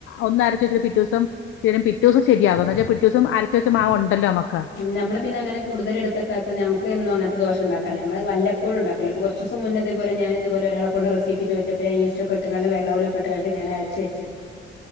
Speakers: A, on the left; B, on the left.
A: ഒന്നരച്ചു വെച്ചിട്ട് പിറ്റേ ദിവസം. ശരി യാകും, പിറ്റേ ദിവസം ശരിയാകും, എന്നുവച്ചാൽ പിറ്റേ ദിവസമരച്ചു വെച്ച മാവുണ്ട ല്ലോ? നമ്മക്ക്.
B: നമ്മളു പിന്നെ അങ്ങനെ കൂടുതൽ എടുത്തു വയ്ക്കാത്തെ, നമ്മുക്കെ ന്നു മങ്ങനത്തെ ദോശയുണ്ടാക്കറില്ല. ഞങ്ങളൊക്കെ വല്ലപ്പോഴുമുണ്ടാക്കാറുള്ളൂ, ഇപ്പോ കുറ കറച്ചു ദിവസം മുന്നേയിതേ പോലെ ഞാനിതു പോലെ ഒരാളെ കൊണ്ടു റെസീപ്പി ചോദിച്ച പ്പോ, യീസ്റ്റൊ ക്കെയിട്ടു കൊണ്ട് വെള്ള പോലെ ഇട്ടു കൊണ്ടു ഞാൻ അരച്ചു വെച്ചു.